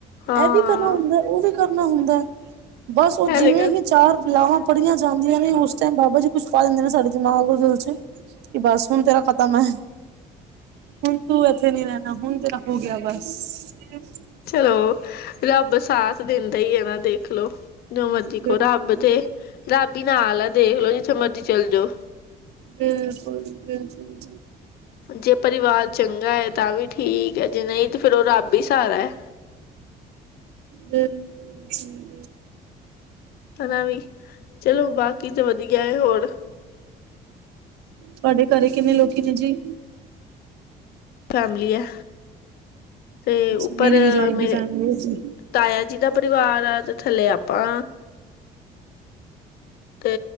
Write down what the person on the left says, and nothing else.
ਹਾਂ
ਇਹ
ਤੇ ਗੱਲ
ਚਲੋ ਰੱਬ ਸਾਥ ਦਿੰਦਾ ਹੀ ਐ ਨਾ ਦੇਖਲੋ। ਜੋ ਮਰਜੀ
ਕਹੋ ਰੱਬ ਤੇ, ਰੱਬ ਹੀ ਨਾਲ ਆ ਦੇਖਲੋ। ਜਿੱਥੇ ਮਰਜ਼ੀ ਚੱਲ ਜਾਓ।
ਜੇ ਪਰਿਵਾਰ ਚੰਗਾ ਹੈ ਤਾਂ ਵੀ ਠੀਕ ਹੈ, ਜੇ ਨਹੀਂ ਤੇ, ਫੇਰ ਉਹ ਰੱਬ ਹੀ ਸਾਹਾਰਾ ਹੈ।
ਹਨਾਂ ਵੀ ਚਲੋ ਬਾਕੀ ਤੇ ਵਧੀਆ ਹੈ, ਹੋਰ?
ਫੈਮਲੀ ਹੈ। ਤੇ
ਉੱਪਰ
ਮੇਰੇ
ਤਾਇਆ ਜੀ ਦਾ ਪਰਿਵਾਰ ਆ। ਤੇ ਥੱਲੇ ਆਪਾ। ਤੇ